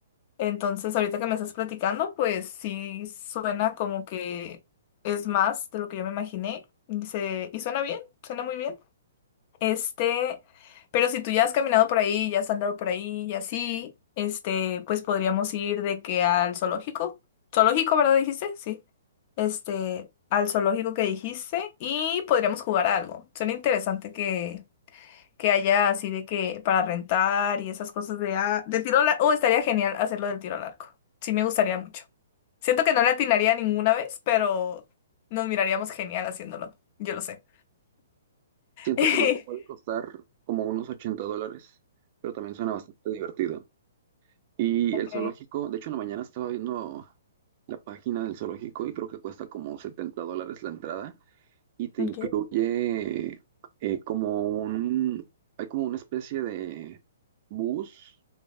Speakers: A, on the left; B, on the right.
A: Entonces ahorita que me estás platicando, pues sí suena como que es más de lo que yo me imaginé y, se, y suena bien, suena muy bien. Este, pero si tú ya has caminado por ahí, ya has andado por ahí y así, este, pues podríamos ir de que al zoológico. Zoológico, ¿verdad? Dijiste, sí. Este, al zoológico que dijiste y podríamos jugar a algo. Suena interesante que, que haya así de que para rentar y esas cosas de, ah, de tiro al arco. Oh, estaría genial hacerlo del tiro al arco. Sí, me gustaría mucho. Siento que no le atinaría ninguna vez, pero nos miraríamos genial haciéndolo. Yo lo sé.
B: Siento
A: <laughs>
B: que nos puede costar como unos 80 dólares, pero también suena bastante divertido. Y
A: Ok.
B: el zoológico, de hecho, en la mañana estaba viendo la página del zoológico y creo que cuesta como 70 dólares la entrada y te
A: Ok.
B: incluye eh, como un, hay como una especie de bus,